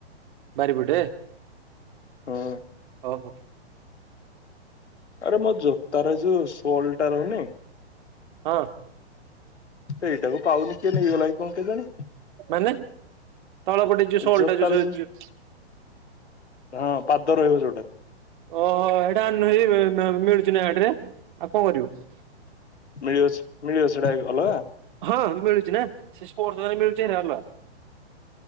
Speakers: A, on the right; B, on the left.
A: ବାରିପଟେ ହୋଉ
B: ହୁଁ
A: ହୋଉ।
B: ଆରେ ମୋ ଜୋତାର ଯୋଉ ଶୋଲ ଟା ରହୁନି
A: ହଁ।
B: ଏଇଟାକୁ ପାଉନି କିଏ ନେଇଗଲା କି କଣ କେଜାଣି।
A: ମାନେ ତଳ ପଟେ ଯୋଉ ଶୋଲଟା
B: ଜୋତାର
A: ଯୋ
B: ଯୋଉ
A: ଜୋଉ
B: ହଁ ପାଦ ରହିବ ଯୋଉଟା
A: ହଁ ଏଟା ନେହି ମି ମିଳୁଚିନା ବାଟେରେ ଆଉ କଣ କରିବ।
B: ମିଳିବ ସେ ମିଳିବ ସେଟା ଏଇ ଅଲଗା।
A: ହଁ ମିଳୁଚି ନା ସେ ସ୍ପୋର୍ଟ ଦୋକାନରେ ମିଳୁଚୁ ହେରା ଅଲଗା।